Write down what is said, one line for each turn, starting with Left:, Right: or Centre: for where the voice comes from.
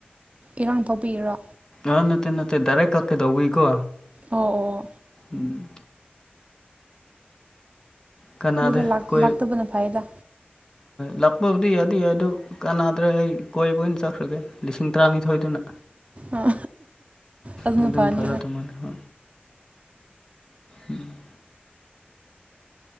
Right: ꯏꯔꯥꯡ ꯊꯣꯛꯥꯎꯕꯤꯔꯣ
Left: ꯑ ꯅꯠꯇꯦ ꯅꯠꯇꯦ ꯗꯔꯦ ꯀꯛꯀꯗꯧꯋꯤ ꯀꯣ
Right: ꯑꯣ ꯑꯣ
Left: ꯎꯝ ꯀꯅꯥꯗ
Right: ꯃꯣꯏꯗ
Left: ꯀ
Right: ꯂꯥꯛꯇꯕꯅ ꯐꯩꯗ
Left: ꯆꯄꯕꯨꯗꯤ ꯌꯥꯗ ꯌꯥ ꯑꯗꯨ ꯀꯅꯥꯗ꯭ꯔꯦ ꯑꯩ ꯀꯣꯏꯕ ꯑꯣꯏꯅ ꯆꯠꯈ꯭ꯔꯒꯦ ꯂꯤꯁꯤꯡ ꯇꯔꯥꯅꯤꯊꯣꯏꯗꯨꯅ
Right: ꯑꯥ ꯑꯗꯨꯅ
Left: ꯅꯠꯇꯅ
Right: ꯐꯅꯤ
Left: ꯐꯔꯗ ꯑꯃꯅꯍ ꯎꯝ